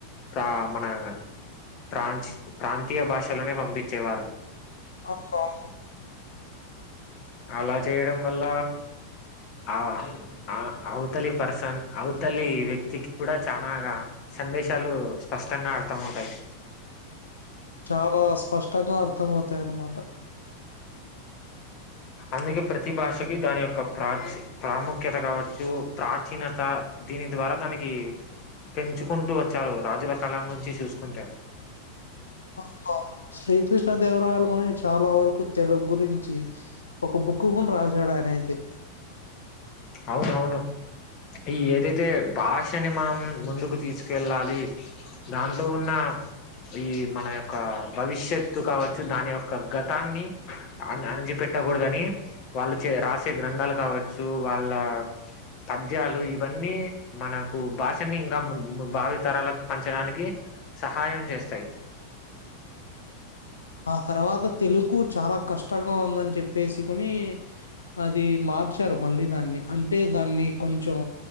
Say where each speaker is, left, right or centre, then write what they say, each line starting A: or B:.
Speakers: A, on the left; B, on the left.
A: ప్ర మన ప్రాంచ్ ప్రాంతీయ భాషలోనే పంపించేవారు
B: <unintelligible>
A: అలా చేయడం వల్ల ఆ ఆ అవతలి పర్సన్ అవతలి వ్యక్తికి కూడా చానాగా సందేశాలు స్పష్టంగా అర్థంమవుతాయి
B: చాలా స్పష్టంగా అర్థమవుతాయనమాట
A: అందుకే ప్రతి భాషకి దాని యొక్క ప్రాచి ప్రాముఖ్యత కావచ్చు ప్రాచీనత దీని ద్వారా దానికి పెంచుకుంటూ వచ్చారు రాజుల కాలం నుంచి చూసుకుంటే
B: ఓ శ్రీకృష్ణదేవ <unintelligible> అనేది చాలా వరకు తెలుగు గురించి ఒక బుక్ కూడా రాసాడు ఆయనైతే
A: అవునవును ఈ ఏదైతే భాషని మనం ముందుకు తీసుకెళ్ళాలి దాంట్లో ఉన్న ఈ మన యొక్క భవిష్యత్తు కావచ్చు దాని యొక్క గతాన్ని అణిచిపెట్టకూడదని వాళ్ళు చే రాసే గ్రంథాలు కావచ్చు వాళ్ళు ఆ పద్యాలు ఇవన్నీ మనకు భాషని ఇంకా ము భావితరాలకు పంచడానికి సహాయం చేస్తాయి
B: ఆ తర్వాత తెలుగు చాలా కష్టంగా ఉందని చెప్పేసుకుని అది మార్చారు మళ్ళీ దాన్ని అంటే దాన్ని కొంచెం